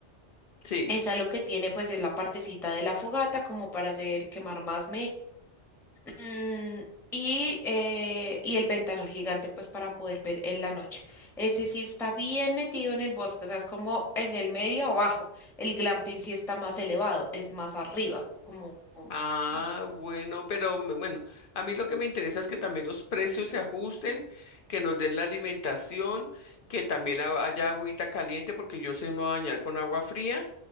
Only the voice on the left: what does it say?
sí.
Ah,
bueno, pero me- bueno, a mí lo que me interesa es que también los precios se ajusten, que nos den la alimentación, que también ha- haya agüita caliente, porque yo sí me voy a bañar con agua fría,